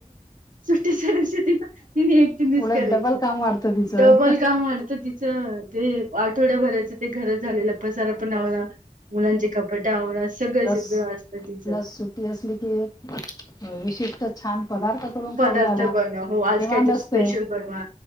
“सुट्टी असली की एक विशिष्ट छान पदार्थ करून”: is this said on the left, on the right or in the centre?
Left